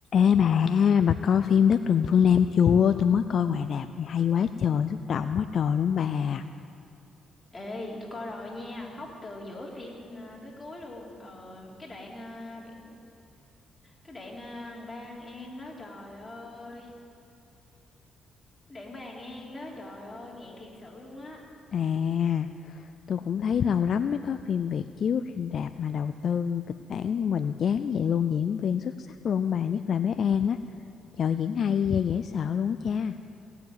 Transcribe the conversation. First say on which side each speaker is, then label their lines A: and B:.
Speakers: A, on the left (about 55°); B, on the left (about 20°).
A: Ê bà, bà coi phim Đất rừng phương Nam chưa? Tôi mới coi ngoài rạp, hay quá trời, xúc động quá trời luôn bà.
B: Ê, tôi coi rồi nha, khóc từ giữa phim à, tới cuối luôn. Ờ, cái đoạn à, bị- cái đoạn à, thằng ba An An đó trời ơi, cái đoạn ba An An đó trời ơi, nghẹn thiệt sự luôn á.
A: À, tôi cũng thấy lâu lắm mới có phim Việt chiếu trên rạp mà đầu tư kịch bản hoành chán vậy luôn, diễn viên xuất sắc luôn bà, nhất là bé An á. Trời diễn hay, dễ sợ luôn á cha.